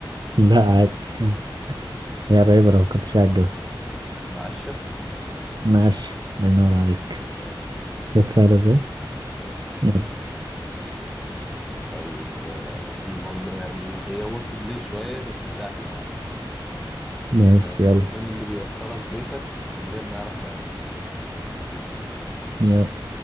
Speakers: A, in the centre; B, on the right (about 55°).
A: <laughs>
B: لا عادي هي قريبة لو كنت شوية
A: آه،
B: هتجيبها
A: مقشه
B: ماشي الله ينور
A: ماشي
B: عليك
A: ماشي
B: شوت سهلة ازاي
A: ماشي
B: يلا
A: طيب آه، دي برضه يعني هي وورد بلاي شويه بس سهله
B: ماشي
A: آه،
B: يلا
A: من اللي بيوصلك بيتك من غير ما يعرف العنوان
B: يا